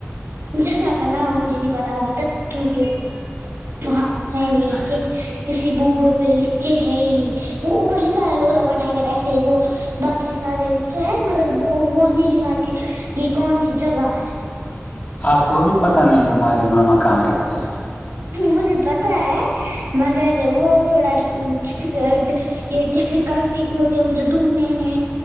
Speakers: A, on the right; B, on the left.
A: جگہ کا نام مجھے نہیں پتا ابھی تک کیونکہ وہاں ہے مل
B: اچھا
A: کے کسی بورڈ پے لکھ کے ہے ہی نہیں وہ اوپر لکھا ہے لولاوا ٹگر ایسے وہ باقی سارے لکھے ہیں مگر وہ وہ نہیں لکھا کی یے کون سی جگہ ہے
B: آپ کو بھی پتا نہیں تمہارے ماما کہاں رہتے ہیں
A: مجھے پتا ہے مگر وہ تھوڑا ڈفیکلٹ یے ڈیفیکلٹی ہوتی ہے مجھے ڈھونڈنے میں